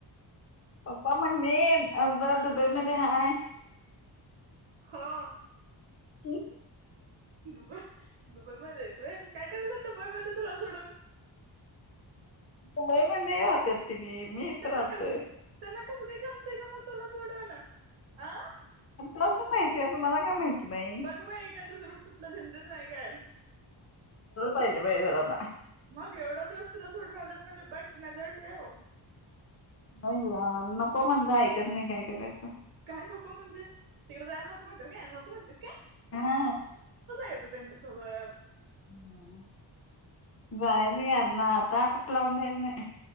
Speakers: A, on the left; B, on the right.
A: पा्पा म्हणणे असदा
B: हा
A: दुबे म रहाय
B: हो
A: ह
B: दुबई दुबईमध्ये येतोय काय करायल दुबई म तुला सोडून
A: म मग नाही राहते ति मी इथ
B: त्यांना
A: राहतोय
B: कसं त्यांना कसं काही गमते गम तुला सोडव ना अ
A: लास माहिती आहे तुम्हाला काय माहिती बाई
B: बघ बा एका तुसर कुठला झंडट नाही काय
A: पाहिजे बाहिजरना
B: मग एवढा दिवस तुला सोड राहिल म्हणजे बट नजर ठेव
A: नाही नको म्हणत ऐकत नाही काय करायचं
B: काय नको म्हणजे तिकडे जायला नको माहिती काय नको माहितीस काय
A: हा
B: येत त्यांच्यासोबत
A: ह भयस घ ना आता आपठला उंे नाही